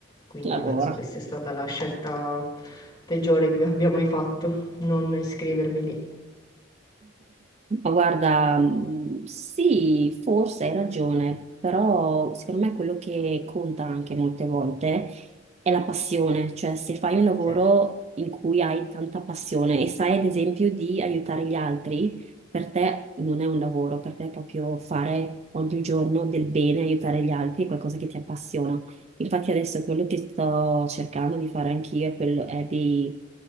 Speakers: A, on the left; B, on the right.
A: quindi
B: lavora.
A: penso che sia stata la scelta peggiore che abbia mai fatto, non iscrivermi lì.
B: Ma guarda, mh, sì, forse hai ragione, però secondo me quello che conta anche molte volte è la passione, cioè se fai un lavoro
A: Sì,
B: in cui hai tanta passione e sai ad esempio di aiutare gli altri, per te non è un lavoro, per te è proprio fare ogni giorno del bene, aiutare gli altri, è qualcosa che ti appassiona. Infatti adesso quello che sto cercando di fare anch'io è quello è di